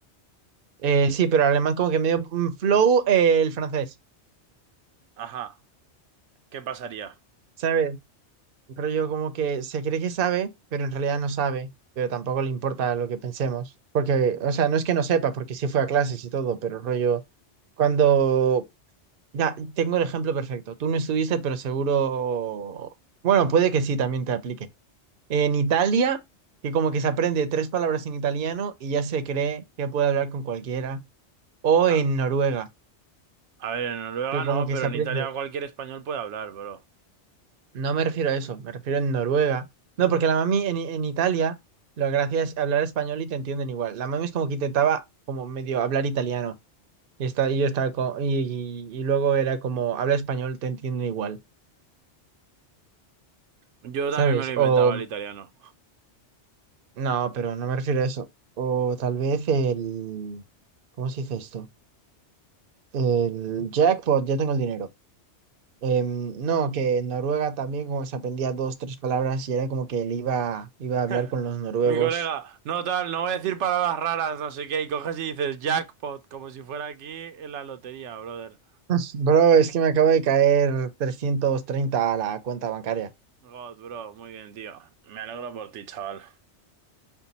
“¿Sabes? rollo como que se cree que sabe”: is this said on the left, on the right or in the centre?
Right